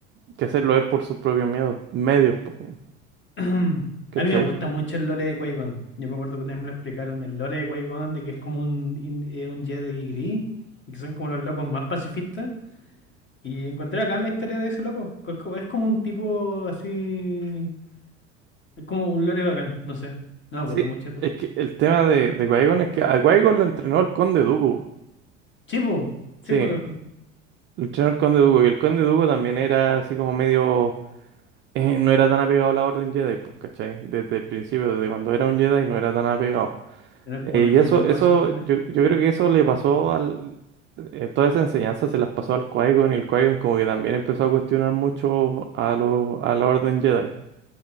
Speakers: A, on the right (about 30°); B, on the left (about 30°).
A: que hacerlo él por sus propios miedos, medios, po, weón,
B: <clears throat>
A: ¿cachai?
B: A mí me gusta mucho el lore de Qui-Gon. Yo me acuerdo que una vez me lo explicaron. El lore de Qui-Gon, de que es como un, in- eh, un Jedi gris. Y que son como los locos más pacifistas. Y encontré acá la historia de ese loco. que Es como es como un tipo así. Es como un lore bacán, no sé. No me acuerdo
A: Sí,
B: mucho porque.
A: es que el tema de, de Qui-Gon es que a qui lo entrenó el Conde Dooku,
B: Sí, po, sí,
A: sí,
B: po, lo encont-
A: lo entrenó el Conde Dooku, y el Conde Dooku también era así como medio, eh, no era tan apegado a la Orden Jedi, pues ¿cachai? Desde el principio, desde cuando era un Jedi, no era tan apegado.
B: Era como
A: Eh,
B: unos
A: y
B: hippies
A: eso,
B: nomás
A: eso,
B: esos weones.
A: yo, yo creo que eso le pasó al... eh, toda esa enseñanza se las pasó al Qui-Gon y el Qui-Gon como que también empezó a cuestionar mucho a, lo, a la Orden Jedi.